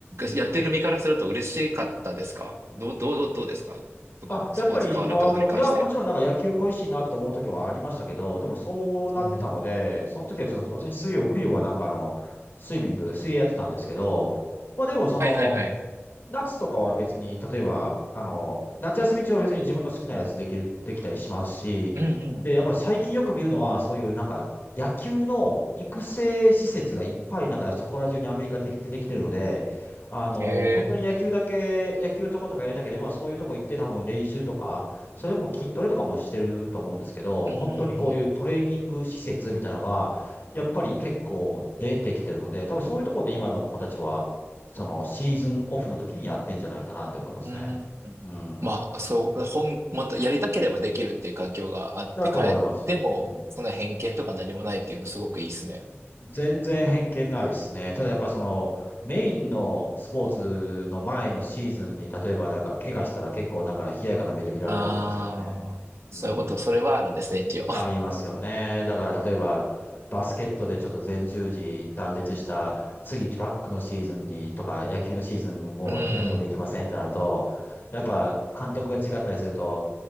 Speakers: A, on the right; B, on the left.
A: い。やってる身からすると嬉しかったですかどう、どう、どうですかこのスポーツ変わるってことに関して。
B: あ、やっぱり、あの、いや、もちろんなんか野球恋しいなと思う時はありましたけど、でもそうなってたので、
A: うんうん。
B: その時はちょっと私水曜、冬はなんかあの、スイミング、水泳やってたんですけど、まあでもその、
A: はいはいはい。
B: 夏とかは別に、例えば、あの、夏休み中は別に自分の好きなやつできる、できたりしますし、
A: うんうん。
B: で、やっぱり最近よく見るのは、そういうなんか、野球の育成施設がいっぱい、なんかそこら中にアメリカできてできてるので、あの、
A: ええ
B: 本当に野球だけ、野球をちょこちょこやりたければ、そういうとこ行って多分練習とか、それも筋トレとかもしてると思うんですけど、
A: うんうんうん。
B: 本当にこういうトレーニング施設みたいなのが、やっぱり結構出てきてるので、多分そういうところで今の子たちは、そのシーズンオフの時にやってんじゃないかなって思いますね。
A: うん。
B: うん。
A: まあ、そう、本、もっとやりたければできるっていう環境があって、
B: だと思います。
A: 変えても、
B: うん。
A: その偏見とか何もないっていうのすごくいいですね。
B: 全然偏見ないですね。ただやっぱそのメインのスポーツの前のシーズンに例えばなんか怪我したら結構なんか冷ややかな目で見られると思いますけどね。
A: ああ、
B: うん。
A: そういうこと、それはあるんですね、一応。
B: うんありますよね。だから例えばバスケットでちょっと前十字断裂した次トラックのシーズンにとか野球のシーズンもう何もできませんってなるとやっぱ監督が違ったりすると
A: うん。